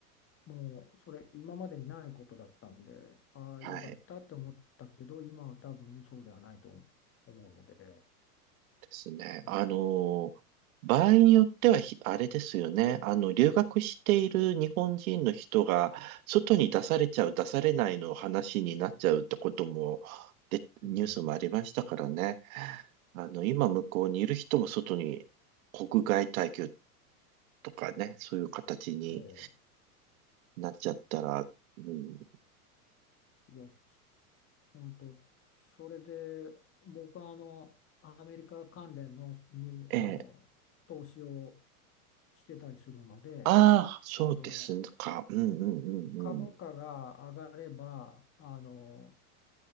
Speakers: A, on the left (about 30°); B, on the right (about 65°).
A: もうそれ今までにないことだったんで、ああ、
B: はい。
A: よかったって思ったけど、今は多分そうではないと思うので、
B: ですね。
A: うん、
B: あの、場合によってはひ、あれですよね。あの、留学している日本人の人が、外に出されちゃう、出されないの話になっちゃうってことも、で、ニュースもありましたからね。
A: うん
B: あの、今向こうにいる人も外に、国外退去とかね、そういう形に
A: え
B: なっちゃったら、うん、
A: え、いや、本当、それで僕はあのアメリカ関連のにあの投資を
B: ええ、
A: してたりするので、
B: ああ、そうですか。
A: あの
B: うんうんうんうん。
A: 株価が上がればあの